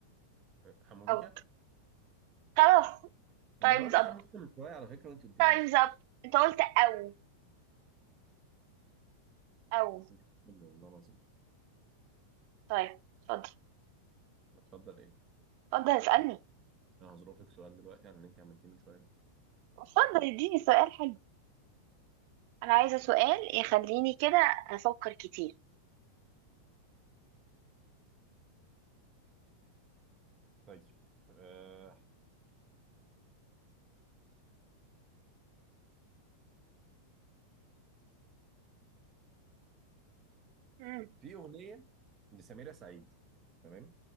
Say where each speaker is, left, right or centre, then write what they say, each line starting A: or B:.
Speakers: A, on the right; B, on the right.
A: آه، حمو بيكا
B: اوت خلاص
A: لما
B: تايمز
A: انا قلت
B: اب
A: حمو بيكا من شويه على فكره وانت قلت
B: تايمز
A: لي لا
B: اب انت قلت او او
A: انت بتقولي والله العظيم
B: طيب اتفضل
A: اتفضل ايه
B: اتفضل اسألني
A: استنى انا هظروفك سؤال دلوقتي عن اللي انت عملتيه من شويه ده
B: اتفضل اديني سؤال حلو انا عايزة سؤال يخليني كده افكر كتير
A: طيب آه
B: مم.
A: في اغنيه لسميرة سعيد تمام